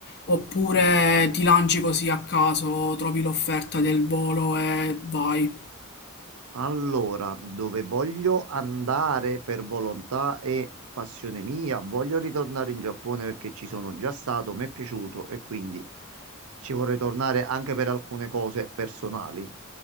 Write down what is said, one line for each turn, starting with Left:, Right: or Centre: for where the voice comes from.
Left: oppure ti lanci così a caso, trovi l'offerta del volo e vai.
Right: Allora, dove voglio andare per volontà e passione mia, voglio ritornare in Giappone perché ci sono già stato, mi è piaciuto e quindi ci vorrei tornare anche per alcune cose personali.